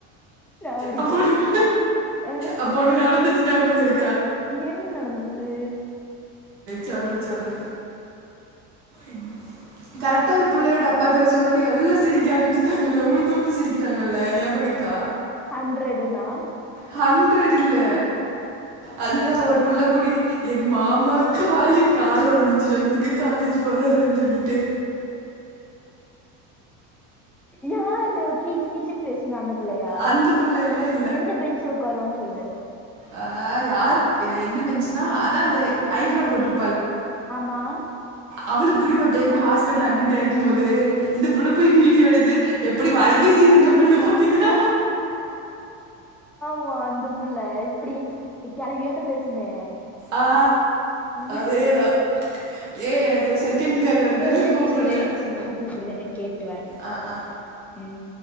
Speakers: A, in the centre; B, on the right (about 80°).
A: ஞாபகம் இருக்கு.
B: அப்ப ஒண்ணு
A: அ
B: அப்ப ஒண்ணு நடந்து ச்சு ஞாபகோ இரு
A: என்ன நடந்துச்சு?
B: சொல்ற சொல்ற ம் கரெக்டா ஒரு புள்ளையோட அப்பா பேரு சொன்னவுடனே எல்லா சிரிக்க ஆரம்பிச்சுட்டாங்கல்ல உழுந்து உழுந்து சிரிக்கிறாங்கல்ல ஞாபகோ இருக்கா
A: ஹண்ட்ரடுனா
B: ஹண்ட்ரடு இல்ல அதுதா ஒரு புள்ள கூடி எங் மாமா காலு காலு ஒடஞ்சிருச்சுனு சொன்னதுக்கு காலேஜ் போறாரான்னு சொல்லிட்டு
A: யாரு யாரு கீச் கீச்சுனு பேசுமே அந்த புள்ளையா
B: அந்த பிள்ளை எல்லாம்
A: எந்த பெஞ்ச்ல உக்காருன்னு சொல்லு
B: ஆ யாரு எ எந்த பெஞ்சுன்னா அதா அந்த ஐ ப்ரோ போட்ரு
A: ஆமா
B: அவுளுக் கூடியு ஒரு டைமு ஹாஸ்பிட்டல்ல அட்மிட் ஆயிருக்கும் போது இந்த புள்ள போய் வீடியோ எடுத்து அப்படி வாய் பேசிட்டு
A: அ
B: இருந்த புள்ள பாத்தீன்னா
A: ஓ ஓ அந்த புள்ள இப்பிடி எ கெழவியாட்டோ பேசுமே
B: ஆ
A: ம்
B: அதேதான் ஏ எனக்கு ஒரு செகண்ட் கால் வருது
A: ஏ ஒரே
B: நான் கூப்பிடுறேன்
A: நிமிஷோ இரு எங்க அம்மா கூப்புடுது என்னன்னு கேட்டு வரே
B: ஆ ஆ
A: ம்